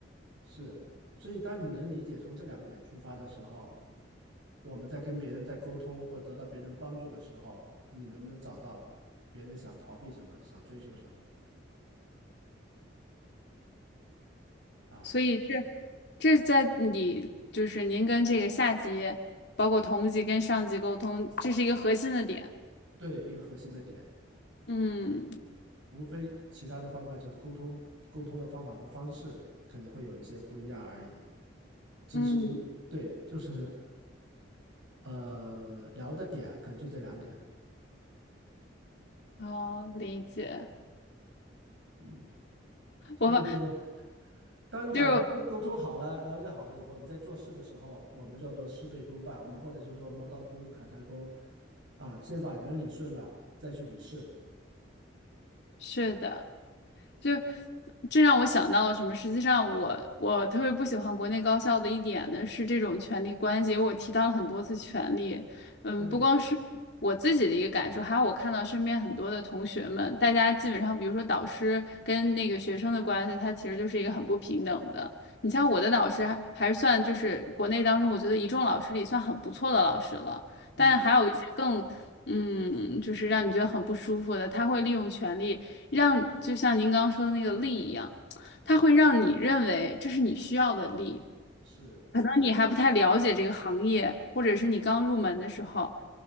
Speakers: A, on the right (about 75°); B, on the left (about 60°).
A: 是。所以当你能理解从这两个点出发的时候，我们在跟别人在沟通或得到别人帮助的时候，你能不能找到别人想逃避什么，想追求什么啊？
B: 所以这这在你就是您跟这个下级，包括同级跟上级沟通，这是一个核心的点。
A: 对，一个核心的点，
B: 嗯
A: 无非其他的方法就是沟通，沟通的方法和方式可能会有一些不一样而已。其实
B: 嗯，
A: 对，就是呃，聊的点可能就这两点，
B: 好理解。
A: 嗯。所以说，
B: 我们
A: 当你把人沟通好了、
B: 就是
A: 了解好了以后，你在做事的时候，我们叫做事倍功半，我们或者就是说磨刀不误砍柴工啊，先把人理顺了，再去理事。
B: 是的，就这让我想到什么？实际上我，我特别不喜欢国内高校的一点呢，是这种权力关系。因为我提到了很多次权力，嗯，
A: 对，
B: 不光是我自己的一个感受，还有我看到身边很多的同学们，大家基本上，比如说导师跟那个学生的关系，他其实就是一个很不平等的。你像我的导师还，还是算就是国内当中，我觉得一众老师里算很不错的老师了，
A: 嗯，
B: 但还有一些更，嗯，就是让你觉得很不舒服的，他会利用权力。让就像您刚刚说的那个力一样，它会让你认为这是你需要的力。
A: 是
B: 可能你还不太了解这个行业，或者是你刚入门的时候，